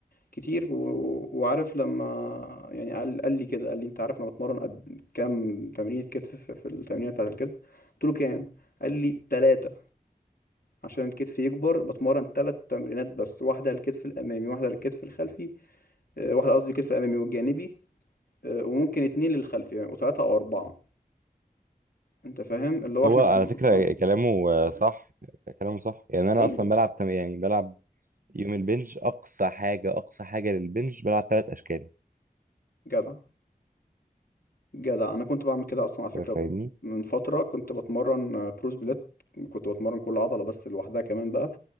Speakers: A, on the left; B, on the right.
A: كتير و... وعارف لما يعني قال قال لي كده قال لي انت عارف انا بتمرن قد كام تمرين كتف في, في التمرين بتاعت الكتف قلت له كام قال لي ثلاثة عشان الكتف يكبر بتمرن ثلاث تمرينات بس واحدة للكتف الأمامي واحدة للكتف الخلفي آه، واحدة قصدي الكتف الأمامي والجانبي آه، وممكن اتنين للخلفي يعني وثلاثة أو أربعة أنت فاهم اللي هو
B: هو
A: إحنا
B: على
A: كنا
B: فكرة
A: أصلا
B: كلامه آه، صح كلامه صح يعني أنا
A: <laughs> أيوه
B: أصلا بلعب تم- يعني بلعب يوم البنج أقصى حاجة أقصى حاجة للبنج بلعب ثلاث أشكال
A: جدع جدع أنا كنت بعمل كده أصلا على فكرة
B: فاهمني؟
A: من فترة كنت بتمرن آه، برو سبليت كنت بتمرن كل عضلة بس لوحدها كمان بقى